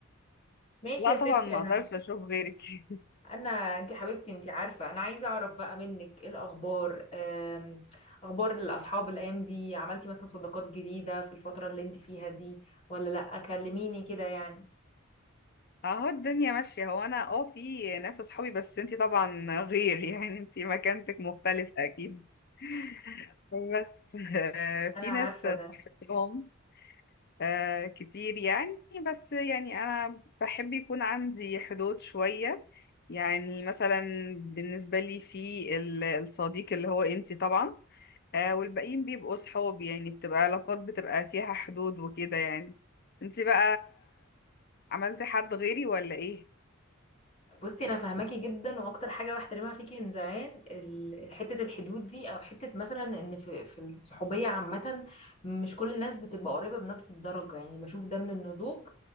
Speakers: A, on the left; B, on the left.
A: ماشي
B: لا
A: يا
B: طبعا
A: ستي
B: ما
A: انا
B: اقدرش اشوف غيرك <laughs>
A: انا انت حبيبتي انت عارفه انا عايزه اعرف بقى منك ايه الاخبار أم، اخبار الاصحاب الايام دي عملتي مثلا صداقات جديده في الفتره اللي انت فيها دي ولا لا كلميني كده يعني
B: اهو الدنيا ماشية هو انا اه في ناس اصحابي بس انتي طبعا غير يعني انتي مكانتك مختلفة اكيد <laughs> بس آه،
A: انا
B: في
A: عارفه
B: ناس
A: ده
B: صاحبتهم آه، كتير يعني بس يعني انا بحب يكون عندي حدود شوية يعني مثلا بالنسبة لي في ال- الصديق اللي هو انتي طبعا آه والباقيين بيبقوا صحاب يعني بتبقى علاقات بتبقى فيها حدود وكده يعني انتي بقى عملتي حد غيري ولا ايه
A: بصي انا فاهماكي جدا واكتر حاجه بحترمها فيكي من زمان ال- حته الحدود دي او حته مثلا ان في في الصحوبيه عامه مش كل الناس بتبقى قريبه بنفس الدرجه يعني بشوف ده من النضوج